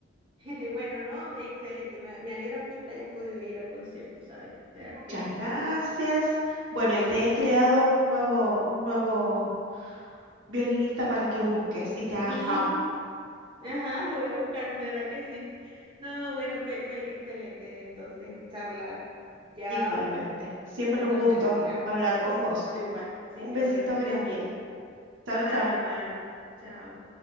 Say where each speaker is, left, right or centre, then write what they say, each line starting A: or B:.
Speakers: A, on the right; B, on the right.
A: <laughs> Bueno, no, excelente. Me, me alegra mucho que hayas podido ir al concierto, ¿sabes? De verdad
B: muchas
A: que sí.
B: gracias. Bueno, y te he creado un nuevo, un nuevo violinista para que busques y te hagas
A: Sí,
B: fan
A: ajá, lo voy a buscar, de verdad que sí. No, bueno, fue, fue excelente entonces charlar. Ya,
B: igualmente.
A: mm,
B: Siempre
A: yo me tengo
B: un gusto
A: que retirar.
B: hablar con
A: Un
B: vos.
A: gusto igual. Sí,
B: Un
A: que
B: besito
A: bueno que estés
B: grande.
A: bien.
B: Chau,
A: Bye,
B: chau.
A: bye. Chao.